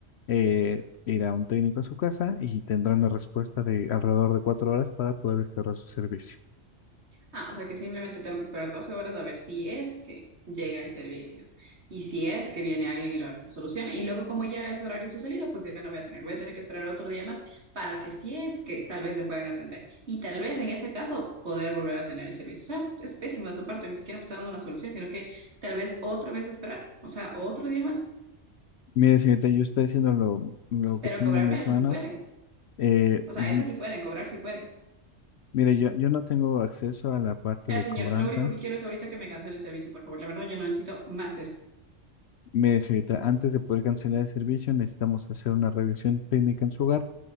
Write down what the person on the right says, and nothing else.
Ah, o sea que simplemente tengo que esperar 12 horas a ver si es que llega el servicio y si es que viene alguien y lo soluciona. Y luego como ya es horario su salido, pues ya no voy a tener, voy a tener que esperar otro día más para que si es que tal vez me puedan atender. Y tal vez en ese caso poder volver a tener el servicio. O sea, es pésimo de su parte, ni siquiera me está dando una solución, sino que tal vez otra vez esperar, o sea, otro día más,
pero
cobrarme
eso
sí pueden.
O sea,
eso sí pueden, cobrar sí pueden.
Ya,
señor,
lo único que quiero es ahorita que me cancele el servicio, por favor. La verdad, yo no necesito más esto.